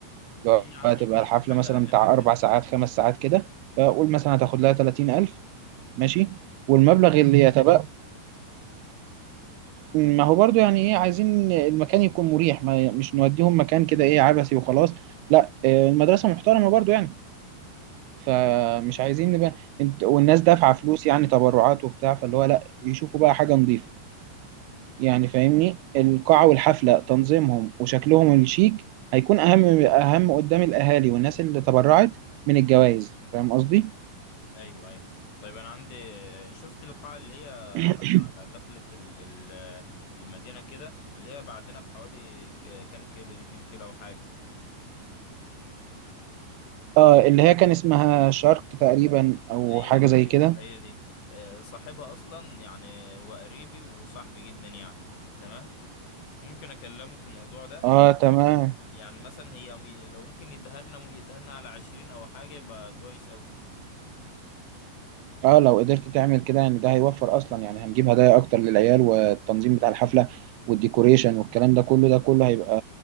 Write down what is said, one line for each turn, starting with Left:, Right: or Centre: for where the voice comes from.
Right: لو
Left: ليه يا عم
Right: هتبقى
Left: ممكن نشوف
Right: الحفلة
Left: حاجه
Right: مثلا
Left: اقل
Right: بتاع
Left: من كده
Right: أربع ساعات خمس ساعات كده فقول مثلا هتاخد لها 30 ألف ماشي والمبلغ اللي يتبقى ما هو برضو يعني ايه عايزين المكان يكون مريح ما مش نوديهم مكان كده ايه عبثي وخلاص لا آه، المدرسة محترمة برضو يعني فمش
Left: مم،
Right: عايزين نبقى انت والناس دافعة فلوس يعني تبرعات وبتاع فاللي هو لا يشوفوا بقى حاجة نظيفة يعني فاهمني القاعة والحفلة تنظيمهم وشكلهم الشيك هيكون اهم اهم قدام الاهالي والناس اللي تبرعت من الجوائز فاهم قصدي
Left: ايوه ايوه طيب انا عندي شفت القاعه اللي هي على
Right: <clears throat>
Left: على دخله ال- ال- المدينه كده اللي هي بعدنا بحوالي ك- كام كيلو دي 2 كيلو او حاجه
Right: اه اللي هي كان اسمها شارك تقريبا او
Left: ايوه
Right: حاجة زي
Left: ايوه
Right: كده
Left: هي دي آه، صاحبها اصلا يعني هو قريبي وصاحبي جدا يعني تمام ممكن اكلمه في الموضوع ده
Right: اه تمام
Left: يعني مثلا هي لو ممكن يديها لنا ويديها لنا على عشرين او حاجه يبقى كويس اوي
Right: اه لو قدرت تعمل كده يعني ده هيوفر اصلا يعني هنجيب هدايا اكتر للعيال والتنظيم بتاع الحفله والديكوريشن والكلام ده كله ده كله هيبقى